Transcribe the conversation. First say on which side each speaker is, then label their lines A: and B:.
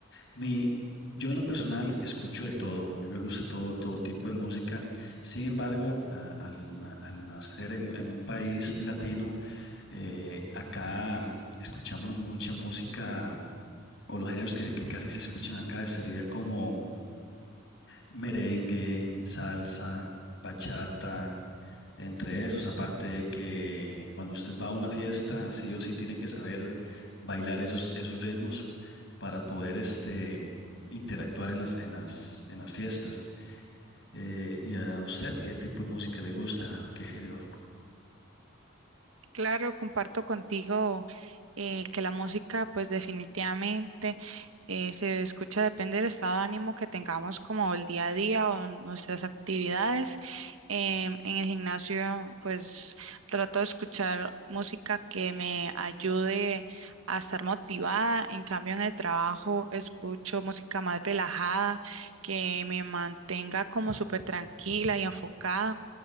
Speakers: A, on the left; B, on the right.
A: Mi, yo en lo personal escucho de todo, a mí me gusta todo, todo tipo de música, sin embargo, a- al, na- al nacer en, en un país latino, eh, acá escuchamos mucha música o los géneros que, que casi se escuchan acá sería como merengue, salsa, bachata. Entre esos, aparte de que cuando usted va a una fiesta, sí o sí tiene que saber bailar esos, esos ritmos para poder este, interactuar en las, en las, en las fiestas. Eh, ¿y a usted qué tipo de música le gusta o qué género?
B: Claro, comparto contigo eh, que la música, pues definitivamente. eh, se escucha, depende del estado de ánimo que tengamos como el día a día o nuestras actividades. Em, en el gimnasio, pues trato de escuchar música que me ayude a estar motivada. En cambio, en el trabajo escucho música más relajada, que me mantenga como súper tranquila y enfocada.